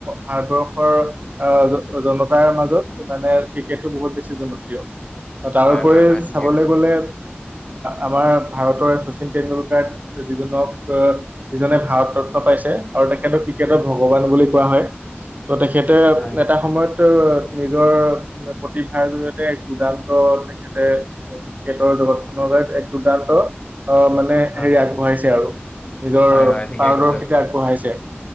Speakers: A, on the right (about 40°); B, on the left (about 30°).
A: ভাৰতবৰ্ষৰ আহ জনতাৰ মাজত মানে ক্ৰিকেটটো বহুত বেছি জনপ্ৰিয় তাৰপৰি
B: হয় হয় হয় ঠিকে
A: চাবলৈ
B: কৈছে
A: গ'লে আমাৰ ভাৰতৰ শচীন তেটেণ্ডুলকাৰ যিজনক যিজনে ভাৰত যত্ন পাইছে আৰু তেখেত তেখেত
B: উম,
A: ভগৱান বুলি কোৱা হয় ত তেখেতে
B: হয়
A: এটা সময়ত নিজৰ প্ৰতিভাৰ জৰিয়তে এক দুৰ্দান্ত তেখেতে ক্ৰিকেটৰ জগতখনৰ বাবে এক দুডাল অ' মানে
B: হয়
A: হেৰি আগবঢ়াইছে আৰু নিজৰ
B: হয় হয় ঠিকে
A: পাৰদৰ্শিতা
B: কৈছে আপুনি
A: আগবঢ়াইছে।